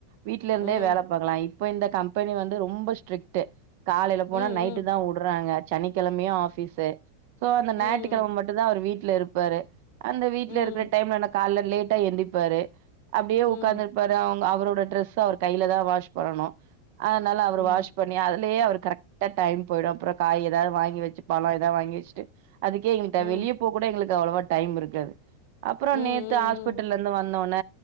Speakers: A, on the right (about 60°); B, on the left (about 65°).
A: வீடலருந்தே
B: ம்
A: வேல பாக்கலா இப்ப இந்த கம்பெனி வந்து ரொம்ப ஸ்ட்ரிக்ட் காலைல போனா
B: ம்
A: நைட்டு
B: ம்
A: தா உடுறாங்க சனிக்கெழமையு ஆபீஸு சோ அந்த
B: ம்.
A: ஞாயித்துக்கெழமை மட்டும் தா அவர் வீட்ல இருப் பாரு அந்த வீட்ல
B: ம்.
A: இருக்குற டைம்ல கால்ல லேட்டா எந்திப்பாரு அப்டியே
B: ம்.
A: உக்காந்துரு ப்பாரு அவுங்க அவரோட டிரெஸ்ஸ அவர் கைல தா வாஷ் பண்ணனு அதனால அவர்
B: ம்.
A: வாஷ் பண் ணி அதுலயே அவருக்கு கரெக்ட்டா டைம் போயிடு அப்புறோ காய் எதாவது வாங்கி வச்சு பழோ எதாது வாங்கி வச்சுட்டு அதுக்கே எங்கள்ட்ட
B: ம்.
A: வெளியே போக கூட எங்களுக்கு அவ்ளவா டைம் இருக்காது அப்புறோ
B: ம். ம்.
A: நேத்து ஹாஸ்பிட்டல்ல இருந்து வந் தோன்ன